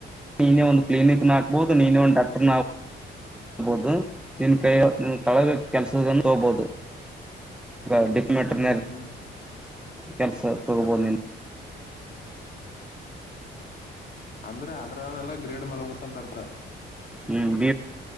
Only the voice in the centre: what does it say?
ನೀನೇ ಒಂದು ಕ್ಲಿನಿಕ್ ನ ಹಕ್ಬಹುದು ನೀನೇ ಒಂದು್ ಡಾಕ್ಟರ್ ನಬಹುದು ನಿನ್ ಕೈಯ ತಳಗ
ಕೆಲಸದ ಹ ತೋಬೋದು ಹ ಡಿಪ್ಲಮೆಟ್ರನ
ಕೆಲ್ಸ ತಗಬೋ ನಿ
ಹ್ಮ್ ಬ